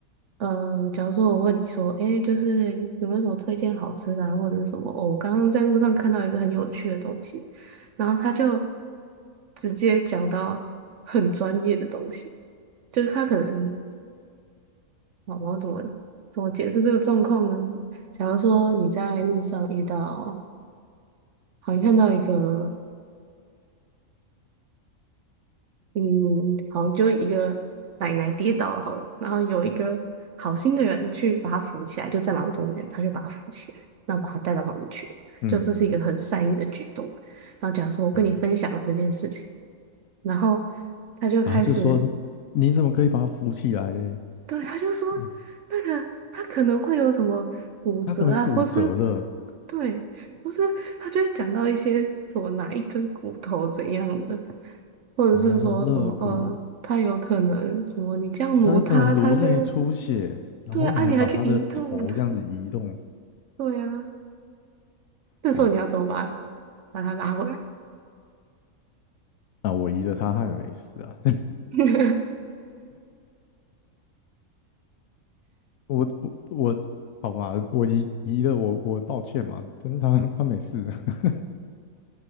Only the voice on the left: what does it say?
<laughs> 嗯嗯，
对。
然后就说你怎么可以把他扶起来嘞？
那
他可能骨折了，
哦，肋骨，
他有可能颅内出血，
然后你还把他的头这样子移动，
哇，
那我移了他，他也没事啊。
我我我，好吧，我移移了我我抱歉嘛，但是他他没事，<laughs>